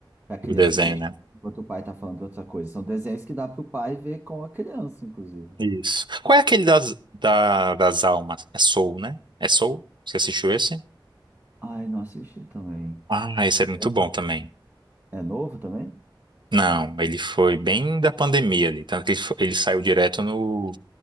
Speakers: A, on the right (about 20°); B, on the right (about 65°).
A: pra criança
B: o desenho,
A: se.
B: né?
A: Enquanto o pai tá falando outra coisa. São desenhos que dá pro pai ver com a criança, inclusive.
B: Isso. Qual é aquele das, da, das almas? É Soul, né? É Soul? Você assistiu esse?
A: Ai, não assisti também.
B: Ah,
A: So-
B: esse é muito bom também.
A: É novo também?
B: Não, ele foi bem da pandemia ali, tanto que ele, fo- ele saiu direto no,